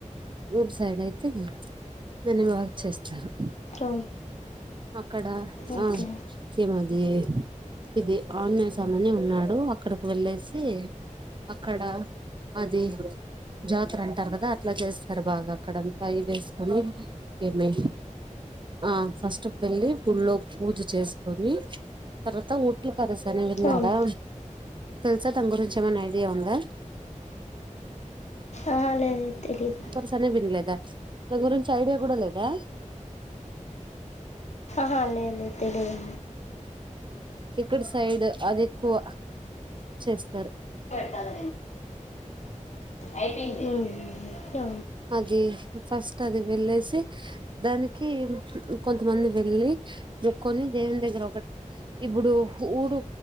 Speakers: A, on the right; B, on the left.
A: ఊరు సైడ్ అయితే దన్ని బక్ చేస్తారు
B: అవును
A: అక్కడ
B: ఓకే
A: ఆ ఏమది ఇది ఆజసమని ఉన్నాడు అక్కడికి వెళ్ళేసి అతే అక్కడ అది జాతర అంటారు కదా అట్లా చేస్తారు బాగా అక్కడంతా అయి వేసుకొని ఏమి ఆ ఫస్ట్ వెళ్ళి గోపూజ చేసుకొని తర్వాత ఒట్లు పరస అని విన్నారా
B: అవును
A: సార్ దాన గురించి ఏమైనా ఐడియా ఉందా
B: ఆహా, లేదు లేదు, తెలీదు
A: పసనే పనలే దా న గురించి ఐడియా కూడాడల ఇదా
B: హా లేదు లేదు తెలిగడి
A: ఇక్కడ సైడ్ అది ఎక్కువ చేస్తారు
B: పెతా అే యిడి వో
A: అజ ఫస్ట్ అది వెళ్ళ దానికి కొ కొంతమంది వెళ్ళి మొక్కొని దేవుని దగ్గర ఒక ఇప్పుడు ఊడు